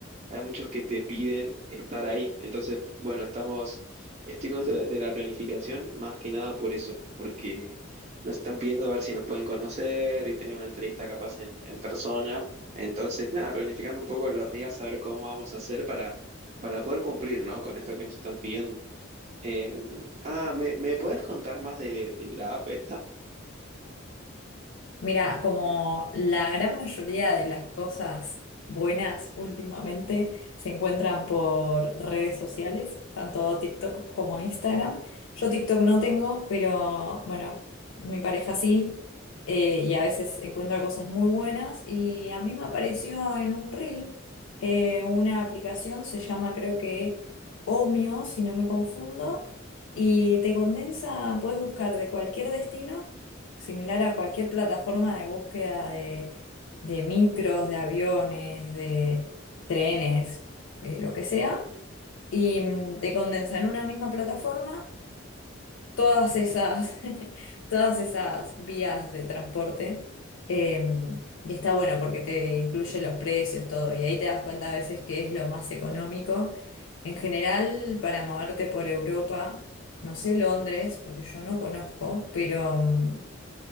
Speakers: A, on the right; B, on the left.
A: hay muchos que te piden estar ahí. Entonces, bueno, estamos, estoy con esto de de la planificación más que nada por eso, porque nos están pidiendo a ver si nos pueden conocer y tener una entrevista capaz en, en persona. Entonces, nada, planificando un poco los días, a ver cómo vamos a hacer para, para poder cumplir, ¿no? Con esto que nos están pidiendo. Eh, ah, ¿me, me podés contar más de, de la app esta?
B: Mira, como la gran mayoría de las cosas buenas últimamente se encuentran por redes sociales, tanto TikTok como Instagram. Yo TikTok no tengo, pero bueno, mi pareja sí, eh, y a veces encuentra cosas muy buenas. Y a mí me apareció en un reel eh, una aplicación, se llama creo que Omio, si no me confundo, y te condensa, puedes buscar de cualquier destino similar a cualquier plataforma de búsqueda de, de micros, de aviones, de trenes, eh, lo que sea, y mm, te condensa en una misma plataforma todas esas, <laughs> todas esas vías de transporte. eh, y está bueno porque te incluye los precios, todo, y ahí te das cuenta a veces que es lo más económico. En general, para moverte por Europa, no sé Londres, porque yo no conozco, pero mm,